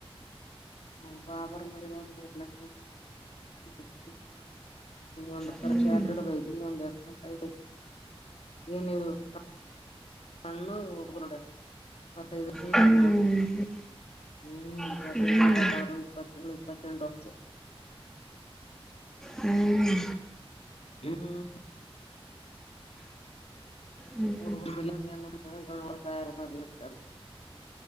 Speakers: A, on the left; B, in the centre.
A: ಹ ಪಾಬರ ಮದ ತರ್ಲ <inaudible> <unintelligible> ಹ್ಮ, ಒಂದ
B: ಹ್ಮ್
A: ಶ್ಯಾಟಿಡ್ದ ಒಂದ್, ಎಕ್ಸೆಂಟ್ ಆಗಿಸತಿತ ಏನ- ಹೆಣ್ಣಿನ ಹುಡುಗರುಇತ್ತೈದು ವರ್ಷನರು.
B: ಹ್ಮ್
A: -
B: ಹ್ಮ್
A: ಹ್ಮ, ಇತ್ತೈದು,
B: ಹ್ಮ್
A: ಇಪ್ಪತ್ತಾರು, ಇಪ್ಪತ್ತೇಳು, ಇಪ್ಪತ್ತೆಂಟು ವರ್ಷದವರು.
B: ಹ್ಮ್,
A: ಹ <inaudible>
B: ಹ್ಮ್
A: ಮೂಡು ಜಿಲ್ಲ ನೋಟಿಸ ಸಹಾಯ <unintelligible>